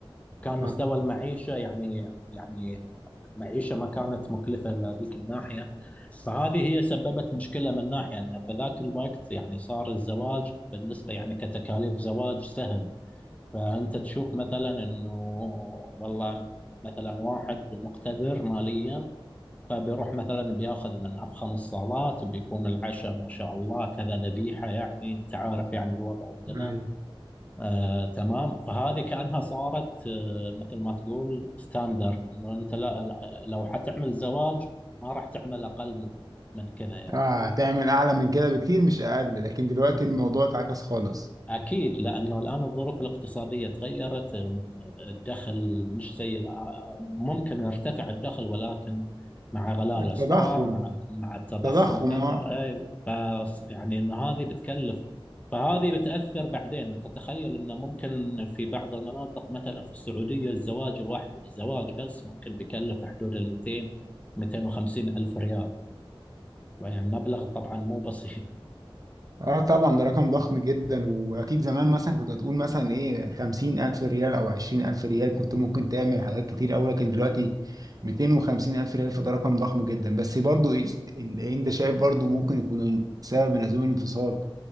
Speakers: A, on the left (about 15°); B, on the right (about 40°).
A: وكان مستوى
B: اه
A: المعيشة يعني يعني المعيشة ما كانت مكلفة لذيك الناحية فهذه هي سببت مشكلة من ناحية أن في ذاك الوقت يعني صار الزواج بالنسبة يعني كتكاليف زواج سهل فأنت تشوف مثلا إنه والله مثلا واحد مقتدر ماليا فبيروح مثلا بياخذ من أفخم الصالات بيكون العشاء ما شاء الله كذا ذبيحة يعني أنت عارف يعني الوضع عندنا
B: أيوة.
A: آه تمام فهذه كأنها صارت آه مثل ما تقول ستاندرد إنه أنت لا لا- لو حتعمل زواج ما راح تعمل أقل من من كذا يعني
B: اه هتعمل اعلى من كده بكتير مش اقل لكن دلوقتي الموضوع اتعكس خالص
A: أكيد لأنه الآن الظروف الاقتصادية تغيرت الدخل مش زي الآ- ممكن يرتفع الدخل ولكن مع غلاء الأسعار
B: التضخم
A: مع مع التضخم
B: تضخم
A: كذا
B: اه
A: أيوة فص- يعني إن هذه بتكلف فهذه بتأثر بعدين أنت تخيل إنه ممكن في بعض المناطق مثلا في السعودية الزواج الواحد الزواج بس ممكن بيكلف حدود ال 200 250 ألف ريال يعني مبلغ طبعا مو بسيط
B: اه طبعا ده رقم ضخم جدا واكيد زمان مثلا كنت هتقول مثلا ايه خمسين الف ريال او عشرين الف ريال كنت ممكن تعمل حاجات كتير اوي لكن دلوقتي ميتين وخمسين الف ريال فده رقم ضخم جدا بس برضو إيه- انت شايف برضو ممكن يكون سبب من اسباب الانفصال